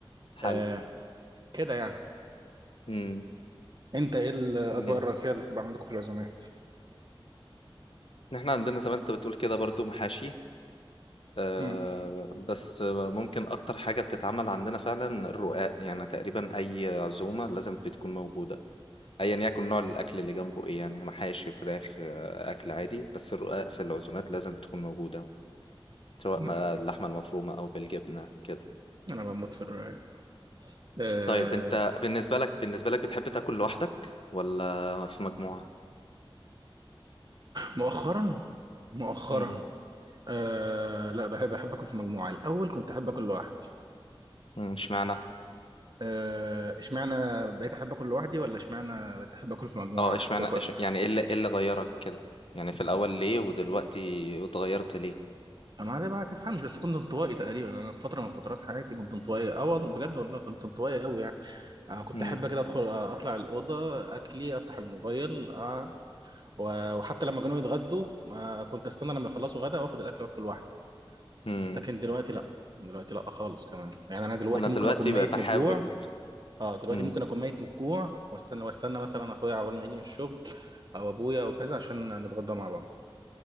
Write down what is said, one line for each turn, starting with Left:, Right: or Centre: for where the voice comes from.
Left: حلو
Right: آه، كده يعني
Left: امم
Right: انت ايه الاطباق
Left: جميل
Right: الرئيسيه اللي بتبقى عندكم في العزومات
Left: احنا عندنا زي ما انت بتقول كده برضو محاشي آه،
Right: مم.
Left: بس آه، ممكن اكتر حاجة بتتعمل عندنا فعلا الرقاق يعني تقريبا اي عزومة لازم بتكون موجودة ايا يكن نوع الاكل اللي جنبه ايه يعني محاشي فراخ آه، اكل عادي بس الرقاق في العزومات لازم تكون موجودة سواء
Right: لا،
Left: ما اللحمة المفرومة او بالجبنة كده
Right: انا بموت في الرواية آه
Left: طيب انت بالنسبة لك بالنسبة لك بتحب تاكل لوحدك ولا في مجموعة
Right: مؤخرا مؤخرا
Left: امم
Right: آه لا بحب احب اكل في مجموعة الاول كنت احب اكل لوحدي
Left: أمم، اشمعنى
Right: آه، اشمعنى بقيت احب اكل لوحدي ولا اشمعنى بقيت احب اكل في مجموعة
Left: اه اشمعنى
Right: كوكو.
Left: إش... يعني ايه اللي ايه اللي غيرك كده يعني في الاول ليه ودلوقتي اتغيرت ليه
Right: انا ده بقى ما تفهمش بس كنت انطوائي تقريبا انا في فترة من فترات حياتي كنت انطوائي اه والله بجد والله كنت انطوائي قوي يعني آه كنت
Left: <laughs>
Right: احب كده ادخل آه، اطلع الأوضة اكلي افتح الموبايل آه و- وحتى لما كانوا يتغدوا ما كنت استنى لما يخلصوا غدا واخد الاكل واكله لوحدي
Left: امم
Right: لكن دلوقتي لا دلوقتي لا خالص كمان يعني انا دلوقتي
Left: انا دلوقتي
Right: ممكن اكون ميت
Left: بقى بحاول
Right: من الجوع اه دلوقتي
Left: مم.
Right: ممكن اكون ميت من الجوع واستنى واستنى مثلا اخويا عقبال ما يجي من الشغل او ابويا او كذا عشان نتغدى مع بعض